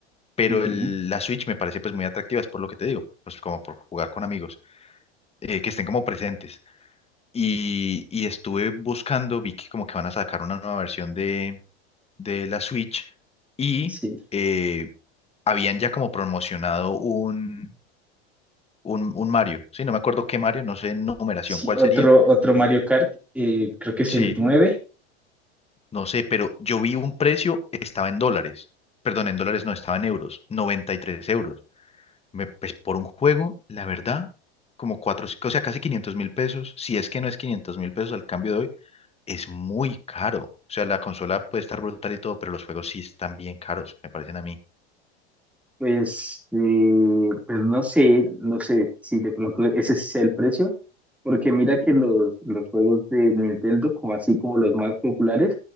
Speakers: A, on the left; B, in the centre.
A: Pero
B: Ujú.
A: el- la Switch me parece pues muy atractiva, es por lo que te digo, pues como por jugar con amigos, eh, que estén como presentes. Y, y estuve buscando, vi que como que van a sacar una nueva versión de, de la Switch y
B: Sí,
A: eh, habían ya como promocionado un, un, un Mario, sí, no me acuerdo qué Mario, no sé en numeración
B: sí,
A: cuál
B: otro,
A: sería.
B: otro Mario Kart, eh, creo que es
A: Sí,
B: el nueve.
A: No sé, pero yo vi un precio, estaba en dólares. Perdón, en dólares no, estaba en euros. 93 euros. Me- pues por un juego, la verdad, como cuatro, o sea, casi quinientos mil pesos. Si es que no es quinientos mil pesos al cambio de hoy, es muy caro. O sea, la consola puede estar brutal y todo, pero los juegos sí están bien caros, me parecen a mí.
B: Pues, eh, pues no sé, no sé si de pronto ese sí sea el precio, porque mira que los, los juegos de Nintendo, como así como los más populares,